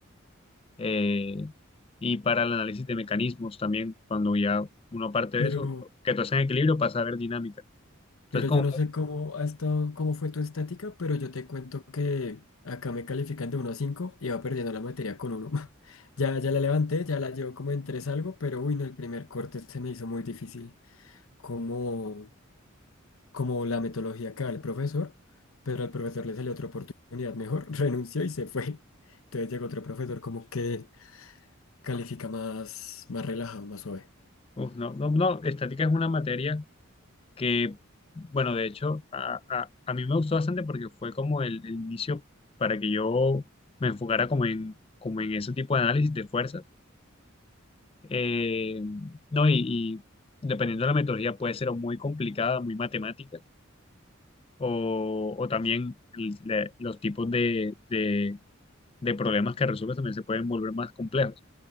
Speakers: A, on the left; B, on the left.
A: eh, y para el análisis de mecanismos también, cuando ya uno parte de
B: Pero...
A: eso, que todo está en equilibrio, pasa a ver dinámica. Entonces,
B: Pero
A: como,
B: yo no sé cómo ha estado, cómo fue tu estática, pero yo te cuento que acá me califican de 1 a 5 y va perdiendo la materia con uno <laughs> Ya, ya la levanté, ya la llevo como en 3 algo, pero uy, no, el primer corte se me hizo muy difícil, como, como la metodología que da el profesor, pero al profesor le salió otra oportunidad mejor, <laughs> renunció y se fue. Entonces llegó otro profesor como que califica más, más relajado, más suave.
A: uf, no, no, no, estática es una materia que, bueno, de hecho, a, a- a mí me gustó bastante porque fue como el, el inicio para que yo me enfocara como en, como en ese tipo de análisis de fuerzas. Eh, no, y y dependiendo de la metodología, puede ser o muy complicada, muy matemática o, o también el- le- los tipos de, de- de problemas que resuelves también se pueden volver más complejos.